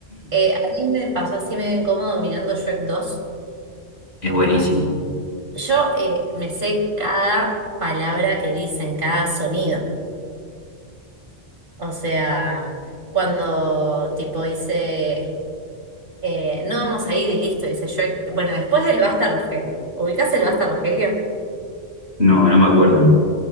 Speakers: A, on the right; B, on the left.
A: Eh, a mí me pasó así medio incómodo mirando Shrek 2.
B: Es buenísimo.
A: Yo eh, me sé cada palabra que dicen, cada sonido. O sea, cuando tipo dice... Eh, no vamos a ir y listo, dice Shrek. Bueno, después del Basta Rogelio. ¿Ubicás el Basta Rogelio?
B: No, no me acuerdo.